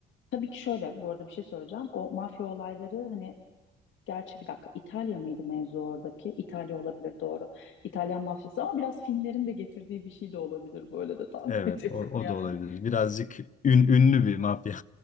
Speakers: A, on the left (about 75°); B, on the left (about 40°).
A: Tabii ki şöyle bu arada bir şey söyleyeceğim. O mafya olayları hani gerçi bir dakika İtalya mıydı mevzu oradaki? İtalya olabilir doğru. İtalyan mafyası ama biraz filmlerin de getirdiği bir şey de olabilir. Böyle de tahmin
B: Evet,
A: <laughs> ediyorum
B: o, o
A: yani.
B: da olabilir. Birazcık ün, ünlü bir mafya.